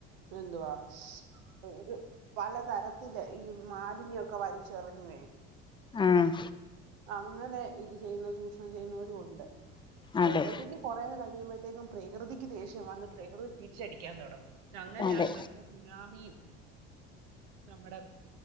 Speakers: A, on the right; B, on the left.
A: എന്തുവാ ഇത് പലതരത്തി ത്തി ഈ മാലിന്യൊക്കെ വലിച്ചെറിഞ്ഞുവേ
B: ആഹ്
A: അങ്ങനെ ഇത് ചെയ്യുന്ന ചൂഷണം ചെയ്യുന്നവരും ഒണ്ട് പ്രകൃതിക്ക്
B: അതെ
A: കൊറേ കഴിയുമ്പോ മ്പത്തേക്കും പ്രകൃതിക്ക് ദേഷ്യം വന്ന് പ്രകൃതി തിരിച്ചടിക്കാൻ തുടങ്ങും. അങ്ങനെയാണ്
B: അതെ
A: മറ്റേ സുനാമിം നമ്മുടെ